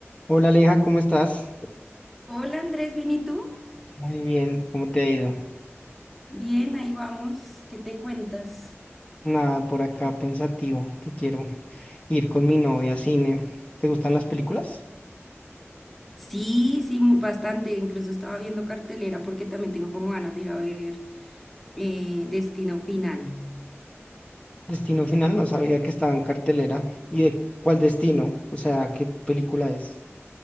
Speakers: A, on the left (about 25°); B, in the centre.
A: Hola Aleja, ¿cómo estás?
B: Hola Andrés, ¿bien y tú?
A: Muy bien, ¿cómo te ha ido?
B: Bien, ahí vamos. ¿Qué te cuentas?
A: Nada, por acá pensativo, que quiero ir con mi novia a cine. ¿Te gustan las películas?
B: Sí, sí, mu- bastante. Incluso estaba viendo cartelera porque también tengo como ganas de ir a ver eh, Destino Final.
A: Destino Final, no sabía que estaba en cartelera. ¿Y de cuál destino? O sea, ¿qué película es?